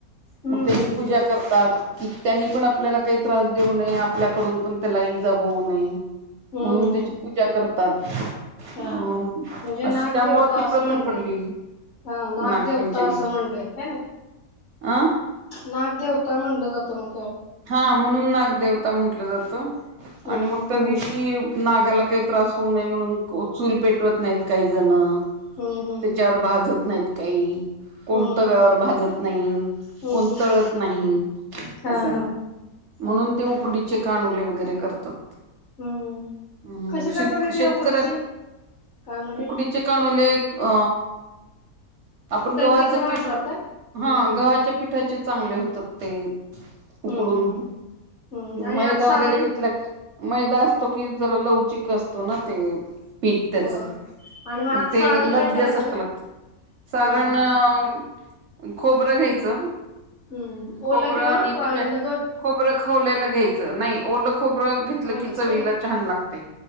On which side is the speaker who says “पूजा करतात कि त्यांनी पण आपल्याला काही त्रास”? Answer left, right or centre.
Right